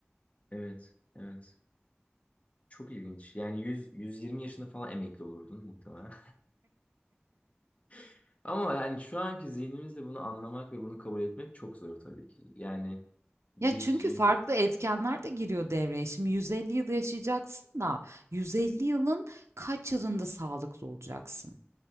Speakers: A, on the left; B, on the right.
A: evet evet. Çok ilginç. Yani 100 120 yaşında falan emekli olurdun muhtemelen. <laughs> Ama yani şu anki zihnimizle bunu anlamak ve bunu kabul etmek çok zor tabii ki. Yani 100
B: Ya, çünkü
A: 100
B: farklı etkenler de giriyor devreye. Şimdi 150 yıl yaşayacaksın da 150 yılın kaç yılında sağlıklı olacaksın?